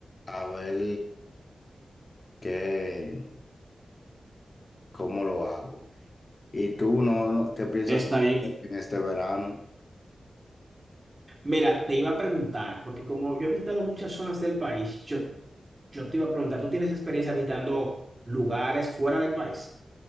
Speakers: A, on the left; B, on the right.
A: a ver qué, cómo lo hago. ¿Y tú no, no, qué piensas
B: Está bien.
A: en este verano?
B: Mira, te iba a preguntar, porque como yo he visitado muchas zonas del país, yo, yo te iba a preguntar, ¿tú tienes experiencia visitando lugares fuera del país?